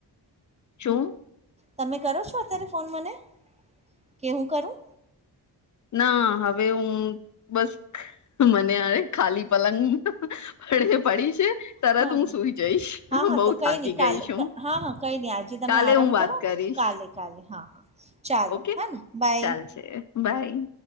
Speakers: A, on the left (about 45°); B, on the right (about 15°).
A: શું
B: તમે કરો છો અત્યારે ફોન મને કે હું કરું?
A: ના હવે હું બસ, મને હવે ખાલી પલંગમાં <unintelligible> પડી છે. તરત
B: હન,
A: હું સુઈ જઈશ
B: હન, હન
A: બહુ
B: તો કઈ
A: થાકી
B: ની, કાલે
A: ગઈ છું
B: હન, હન કઈ ની આજે તમે
A: કાલે
B: આરામ
A: હું વાત
B: કરો
A: કરીશ
B: કાલે કાલે હા, હા, ચાલો
A: ઓકે
B: હોને બાય.
A: ચાલશે બાય.